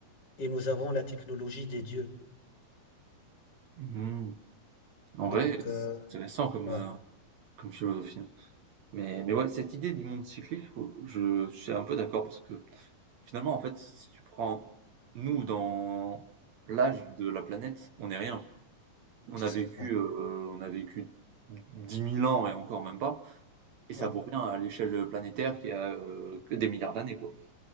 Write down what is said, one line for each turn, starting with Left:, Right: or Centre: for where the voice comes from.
Left: et nous avons la technologie des dieux.
Right: Mhm. En
Left: Donc,
Right: vrai,
Left: euh,
Right: c'est intéressant comme,
Left: ouais,
Right: euh, comme philosophie. hein. Mais, mais ouais, cette idée du monde cyclique, faut- je suis un peu d'accord parce que finalement, en fait, si tu prends nous dans l'âge de la planète, on n'est rien. On
Left: c'est
Right: a
Left: ça.
Right: vécu,
Left: Ouais,
Right: euh, on a vécu dix mille ans et encore même pas, et ça
Left: ouais,
Right: vaut rien à l'échelle planétaire qui a euh, que des milliards d'années, quoi.